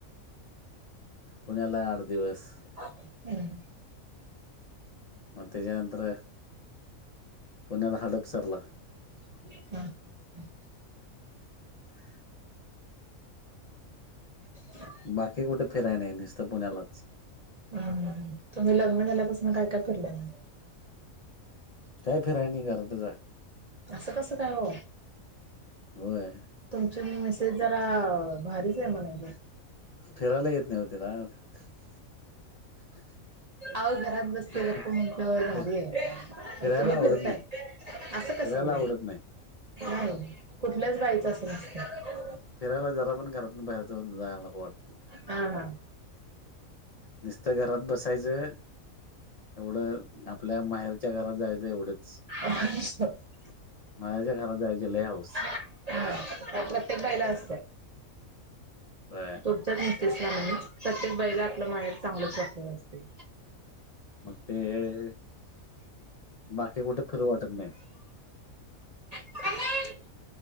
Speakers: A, on the left; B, on the right.
A: पुण्यांला आंठ दिवसं
B: हम्मं
A: मग‌ त्याचे नंतर पुण्यात हाडपसरला.
B: <unintelligible>
A: <unintelligible>
B: <inaudible>
A: बाकी कुठे फिराय नाही, नुसत पुण्यालाच.
B: हा हा, तुम्ही लग्न झाल्यापासून काय काय फिरलाय?
A: काय फिराय नाही घरातच आहे.
B: असं कसं काय ओ.
A: होय.
B: तुमची मिेसेस जरा भारीच आहे म्हणायचं.
A: फिरायला येत नाही हो तिला. <inaudible>
B: आव घरात बसते
A: फिर
B: गप्प म्हटलं भारी
A: फिर
B: आहे, पण
A: फिरायला
B: तुम्ही
A: आवडत
B: फिरताय
A: नाही
B: असं कसं.
A: फिरायला आवडत नाही.
B: नाही कुठल्याच बाईचं असं नसत.
A: फिरायला जरा पण घरातून बाहेरच जायला नको वाटते.
B: हा ह.
A: नुसता घरात बसायचं. एवढं आपल्या माहेरच्या घरात जायचं एवढंच.
B: <unintelligible>
A: माहेरच्या घरात जायची लय हाऊस.
B: हा त्या प्रत्येक बाईला असत,
A: होय.
B: तो <unintelligible> प्रत्येक बाईला आपलं माहेर चांगलच वाटत असते.
A: मग ते, ‌ <inaudible> बाकी कुठे फिरू वाटत नाही.
B: <unintelligible>